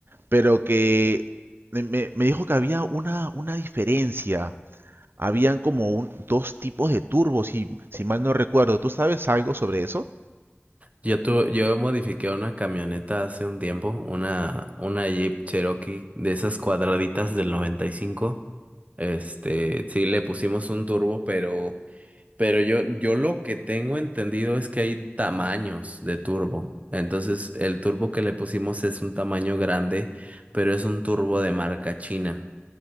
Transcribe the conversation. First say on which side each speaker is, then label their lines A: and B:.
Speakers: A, on the right (about 55°); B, on the right (about 35°).
A: pero que me, me- me dijo que había una, una diferencia. Habían como un- dos tipos de turbos, si, si mal no recuerdo. ¿Tú sabes algo sobre eso?
B: Yo tu, yo modifiqué una camioneta hace un tiempo, una, una Jeep Cherokee de esas cuadraditas del 95. Este, sí, le pusimos un turbo, pero, pero yo, yo lo que tengo entendido es que hay tamaños de turbo. Entonces, el turbo que le pusimos es un tamaño grande, pero es un turbo de marca china.